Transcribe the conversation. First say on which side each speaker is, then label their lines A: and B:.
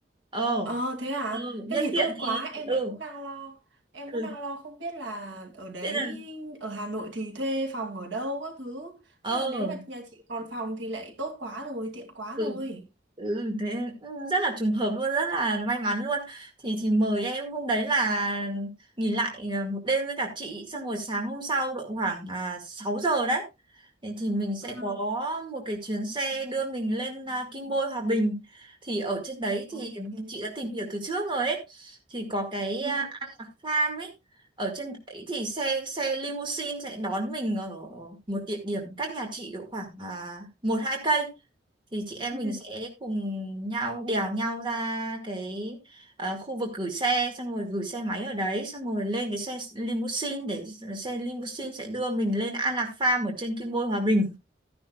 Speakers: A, on the right (about 25°); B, on the right (about 80°).
A: ồ
B: Ờ thế à?
A: ừ.
B: Thế
A: nhân
B: thì
A: tiện
B: tốt
A: thì
B: quá, em
A: ừ
B: lại cũng đang lo. Em
A: ừ
B: cũng đang lo không biết là ở đấy
A: thế là
B: ở Hà Nội thì thuê phòng ở đâu các thứ.
A: ờ
B: Thế là nếu mà nhà chị còn phòng thì lại tốt quá rồi, tiện quá
A: ừ.
B: rồi.
A: ừ, thế ừ, rất là trùng hợp luôn rất là may mắn luôn thì thì mời em hôm đấy là nghỉ lại à, một đêm với cả chị xong rồi sáng hôm sau độ khoảng à, 6 giờ đấy thì, thì mình sẽ
B: Ừ.
A: có một cái chuyến xe đưa mình lên à, Kim Bôi Hòa Bình thì ở trên đấy
B: Ok.
A: thì chị đã tìm hiểu từ trước rồi ấy thì có cái
B: Ừ.
A: à, An Lạc Farm ấy ở trên đấy thì xe xe limousine sẽ đón mình ở một địa điểm cách nhà chị độ khoảng à, một hai cây thì chị em
B: Ừ.
A: mình sẽ cùng nhau đèo nhau ra cái ờ, khu vực gửi xe xong rồi gửi xe máy ở đấy xong rồi lên cái xe limousine để xe limousine sẽ đưa mình lên An Lạc Farm ở trên Kim Bôi Hòa Bình